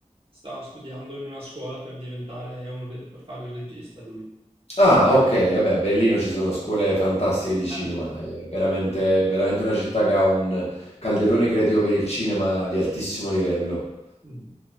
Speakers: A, on the right; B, on the left.
A: Sta studiando in una scuola per diventare un, re- per fare il regista lui.
B: Ah, ok, vabbè, a Berlino ci sono scuole fantastiche di cinema,
A: Eh.
B: è veramente, veramente una città che ha un calderone creativo per il cinema di altissimo livello.
A: Mhm.